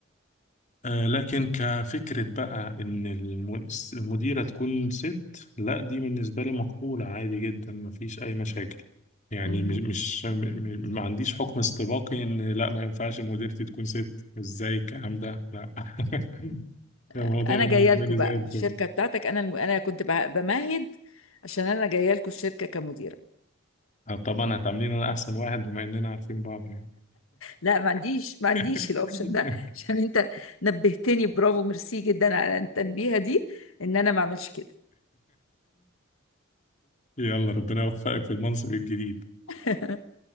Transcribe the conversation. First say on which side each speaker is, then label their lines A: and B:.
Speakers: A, on the left; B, on the left.
A: آه لكن كفكرة بقى ان الم- المديرة تكون ست لا دي بالنسبة لي مقبولة عادي جدا مفيش اي مشاكل يعني
B: مهم.
A: مش مش م- م- ما عنديش حكم استباقي ان لا ما ينفعش مديرتي تكون ست ازاي الكلام ده لا <laughs> الموضوع
B: انا
A: بالنسبة
B: جايه لكم
A: لي
B: بقى
A: زي الفل
B: الشركه بتاعتك انا الم... انا كنت بع- بمهد عشان انا جايه لكم الشركه كمديره
A: آه، طبعا هتعاملين انا احسن واحد بما اننا عارفين بعض يعني
B: لا ما عنديش ما عنديش
A: <laughs>
B: الاوبشن ده <laughs> عشان انت نبهتني برافو ميرسي جدا على التنبيهه دي ان انا ما اعملش كده
A: يلا ربنا يوفقك في المنصب الجديد
B: <laughs>